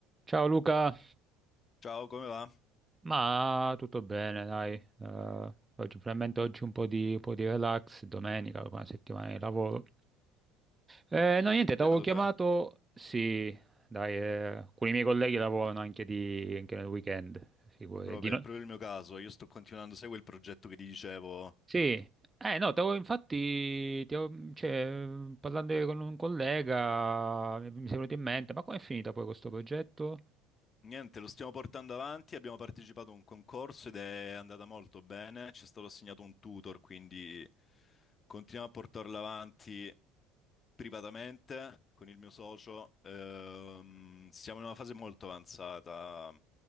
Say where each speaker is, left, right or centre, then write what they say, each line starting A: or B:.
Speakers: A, on the right; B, on the left.
A: Ciao Luca,
B: Ciao, come va?
A: ma tutto bene, dai. Eh, oggi, finalmente oggi un po' di, un po' di relax, domenica, dopo una settimana di lavoro. Eh, no, niente,
B: Beato
A: ti avevo chiamato,
B: te.
A: sì, dai, eh, alcuni miei colleghi lavorano anche, di, anche nel weekend, figurati.
B: Proprio,
A: Di no-
B: è proprio il mio caso. Io sto continuando, sai quel progetto che ti dicevo?
A: Sì, eh no, t'avevo- infatti, ti avevo- cioè, parlando con un collega mi mi è venuto in mente, ma com'è finita poi questo progetto?
B: Niente, lo stiamo portando avanti. Abbiamo partecipato a un concorso ed è andata molto bene. Ci è stato assegnato un tutor, quindi continuiamo a portarlo avanti privatamente con il mio socio. Ehm, siamo in una fase molto avanzata.